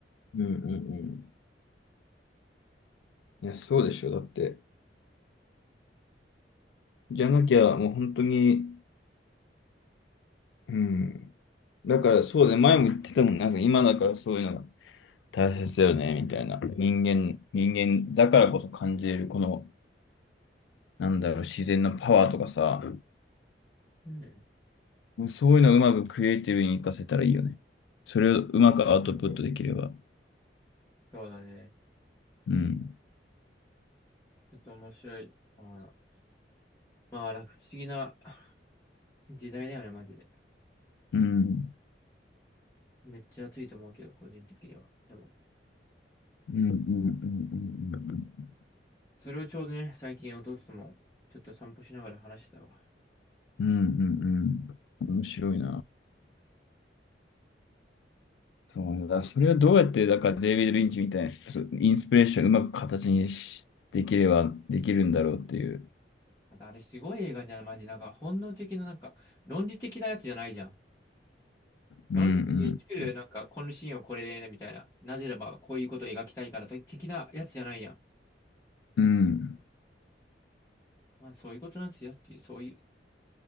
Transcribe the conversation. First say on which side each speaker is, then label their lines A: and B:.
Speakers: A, on the left; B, on the left.
A: うんうんうん。いや、そうでしょ。だって。じゃなきゃ、もう本当に、うん。だから、そうだね前も言ってたもん。なんか今だからそういうのが大切だよね、みたいな。人間、人間だからこそ感じれる、この、なんだろう、自然のパワーとかさ、
B: うん。
A: そういうのをうまくクリエイティブに活かせたらいいよね。それをうまくアウトプットできれば。
B: そうだね。
A: うん。
B: ちょっと面白い。あの、まあ、なんか不思議な <laughs> 時代だよね、マジで。
A: うん。
B: めっちゃ暑いと思うけど、個人的には。でも、
A: うんうんうんうんうんうん。
B: それをちょうどね、最近弟とも、ちょっと散歩しながら話してたわ。
A: うんうんうん。面白いな。そうねだ。それはどうやって、だからデイビッド・リンチみたいな、そうインスピレーションをうまく形にし、できればできるんだろうっていう。
B: なんかあれすごい映画じゃん、マジ。なんか本能的な、なんか、論理的なやつじゃないじゃん。
A: うんう
B: 論理的に作る、
A: ん。
B: なんか、このシーンをこれで、みたいな。なぜならば、こういうことを描きたいから、的なやつじゃないやん。
A: うん
B: まあ、そういうことなんですよっていう、そういう、